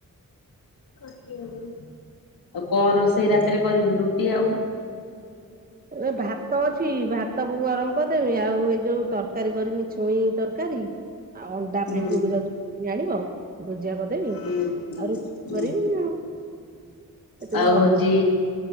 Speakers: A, on the left (about 85°); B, on the right (about 25°).
A: ଆଉ କଣ ରୋଷେଇ ରାତିରେ କରିବୁ ରୁଟି ଆଉ
B: ଏ ଭାତ ଅଛି ଭାତକୁ ଗରମ କରିଦେମି ଆଉ ଏଇ ଯୋଉ ତରକାରୀ କରିମି ଛୁଇଁ ତରକାରୀ। ଆଉ ଅଣ୍ଡା
A: ହୁଁ
B: ପ୍ଲେଟକୁ ଯାଉଚି <unintelligible> ଆଣିବ। ଭୂଜିଆ କରିଦେମି
A: ହୁଁ।
B: ଆଉ ରୁଟି
A: ହୁଁ
B: କରମି ଆଉ। ଏତିକ
A: ଆଉ ହୋଉଚି
B: ହବ।